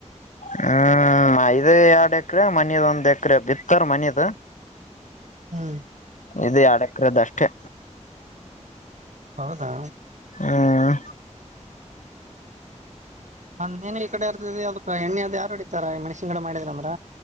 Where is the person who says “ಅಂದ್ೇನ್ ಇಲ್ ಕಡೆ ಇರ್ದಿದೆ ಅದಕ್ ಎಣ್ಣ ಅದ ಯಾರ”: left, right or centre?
Right